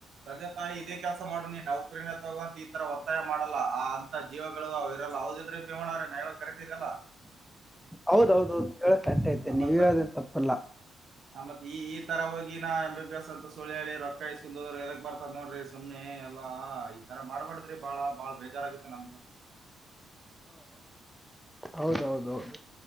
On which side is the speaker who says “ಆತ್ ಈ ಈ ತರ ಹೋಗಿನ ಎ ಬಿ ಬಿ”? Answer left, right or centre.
Right